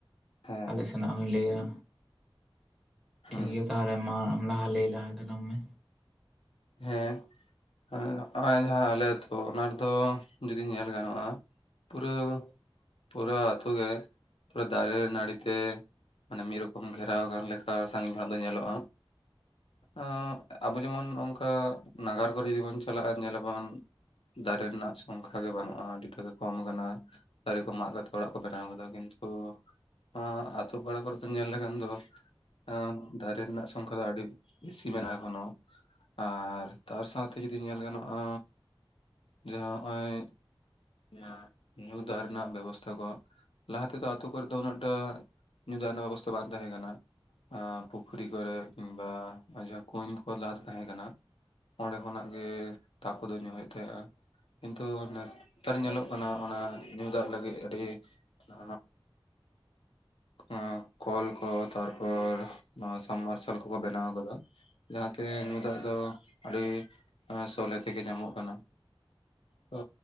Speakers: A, on the left (about 75°); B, in the centre.
A: ᱦᱮᱸ
B: ᱟᱞᱮ ᱥᱮᱫ ᱦᱮᱱᱟᱜ ᱞᱮᱭᱟ
A: ᱦᱩᱸ
B: ᱴᱷᱤᱠ ᱜᱮᱭᱟ ᱛᱟᱦᱚᱞᱮ ᱢᱟ ᱟᱢ ᱞᱟᱦᱟ ᱞᱟᱹᱭ ᱞᱟᱦᱟᱭ ᱛᱟᱞᱟᱝ ᱢᱮ᱾
A: ᱦᱮᱸ ᱩᱸ ᱱᱚᱜᱼᱚᱭ ᱡᱟᱦᱟᱸ ᱟᱞᱮ ᱟᱹᱛᱩ ᱚᱱᱟ ᱨᱮᱫᱚ ᱡᱩᱫᱤ ᱧᱮᱞ ᱜᱟᱱᱚᱜ-ᱟ᱾ ᱯᱩᱨᱟᱹᱣ ᱯᱩᱨᱟᱹ ᱟᱹᱛᱩ ᱜᱮ ᱯᱩᱨᱟᱹ ᱫᱟᱨᱮ ᱱᱟᱹᱲᱤ ᱛᱮ ᱢᱟᱱᱮ ᱢᱤᱫ ᱨᱚᱠᱚᱢ ᱜᱷᱮᱨᱟᱣ ᱟᱠᱟᱱ ᱞᱮᱠᱟ ᱥᱟᱺᱜᱤᱧ ᱠᱷᱚᱱᱟᱜ ᱫᱚ ᱧᱮᱞᱚᱜ-ᱟ᱾ ᱟᱸ ᱟᱵᱚ ᱡᱮᱢᱚᱱ ᱚᱱᱠᱟ ᱱᱟᱜᱟᱨ ᱠᱚᱨᱮ ᱡᱩᱫᱤ ᱵᱚᱱ ᱪᱟᱞᱟᱜ-ᱟ ᱧᱮᱞᱟᱵᱚᱱ ᱫᱟᱨᱮ ᱨᱮᱱᱟᱜ ᱥᱚᱝᱠᱷᱟ ᱜᱮ ᱵᱟᱹᱱᱩᱜ-ᱟ ᱟᱹᱰᱤᱴᱟᱜ ᱜᱮ ᱠᱚᱢ ᱟᱠᱟᱱᱟ᱾ ᱫᱟᱨᱮ ᱠᱚ ᱢᱟᱜ ᱠᱟᱛᱮᱫ ᱚᱲᱟᱜ ᱠᱩ ᱵᱮᱱᱟᱣ ᱠᱟᱫᱟ ᱠᱤᱱᱛᱩ ᱟᱸᱜ ᱟᱛᱳ ᱯᱟᱲᱟ ᱠᱚᱨᱮ ᱯᱮ ᱧᱮᱞ ᱞᱮᱠᱷᱟᱱ ᱫᱚ ᱟᱺ ᱫᱟᱨᱮ ᱨᱮᱱᱟᱜ ᱥᱚᱝᱠᱷᱟ ᱫᱚ ᱟᱹᱰᱤ ᱵᱮᱥᱤ ᱢᱮᱱᱟᱜᱼᱟ ᱮᱠᱷᱚᱱᱳ᱾ ᱟᱨ ᱛᱟᱨ ᱥᱟᱶᱛᱮ ᱡᱩᱫᱤ ᱧᱮᱞ ᱜᱟᱱᱚᱜᱼᱟ ᱡᱟᱦᱟᱸ ᱦᱚᱸᱜᱼᱚᱭ ᱧᱟ ᱧᱩ ᱫᱟᱜ ᱨᱮᱱᱟᱜ ᱵᱮᱵᱚᱥᱛᱷᱟ ᱠᱚ, ᱞᱟᱦᱟ ᱛᱮᱫᱚ ᱟᱛᱳ ᱠᱚᱨᱮ ᱫᱚ ᱩᱱᱟᱹᱜᱴᱟᱜ ᱧᱩ ᱫᱟᱜ ᱨᱮᱱᱟᱜ ᱵᱮᱵᱚᱥᱛᱷᱟ ᱵᱟᱝ ᱛᱟᱦᱮᱸ ᱠᱟᱱᱟ᱾ ᱟ ᱯᱩᱠᱷᱨᱤ ᱠᱚᱨᱮ ᱠᱤᱧᱵᱟ ᱡᱟᱦᱟᱸ ᱠᱩᱧ ᱠᱚ ᱞᱟᱦᱟᱛᱮ ᱛᱟᱦᱮᱸ ᱠᱟᱱᱟ ᱚᱸᱰᱮ ᱠᱷᱚᱱᱟᱜ ᱜᱮ ᱫᱟᱜ ᱠᱚᱫᱚ ᱧᱩ ᱦᱩᱭᱩᱜ ᱛᱟᱦᱮᱸᱜ-ᱟ᱾ ᱠᱤᱱᱛᱩ ᱱᱮᱛᱟᱨ ᱧᱮᱞᱚᱜ ᱠᱟᱱᱟ ᱚᱱᱟ ᱧᱩ ᱫᱟᱜ ᱞᱟᱹᱜᱤᱫ ᱟᱹᱰᱤ ᱱᱚᱜᱼᱱᱟ ᱚᱸ ᱠᱚᱞ ᱠᱚ ᱛᱟᱨᱯᱚᱨ ᱱᱚᱣᱟ ᱥᱟᱢ ᱢᱟᱨᱥᱟᱞ ᱠᱚᱠᱚ ᱵᱮᱱᱟᱣ ᱠᱟᱫᱟ ᱾ ᱡᱟᱦᱟᱸ ᱛᱮ ᱧᱩ ᱫᱟᱜ ᱫᱚ ᱟᱹᱰᱤ ᱟᱺ ᱥᱚᱞᱦᱮ ᱛᱮᱜᱮ ᱧᱟᱢᱚᱜ ᱠᱟᱱᱟ᱾ ᱛᱚ